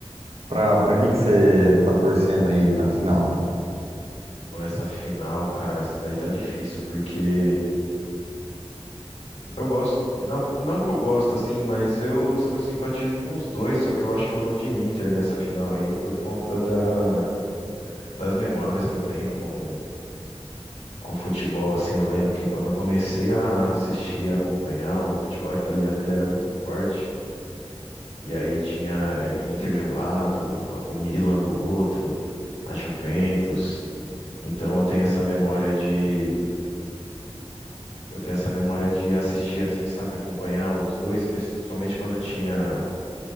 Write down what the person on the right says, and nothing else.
Pra, pra que que você tá torcendo aí na final?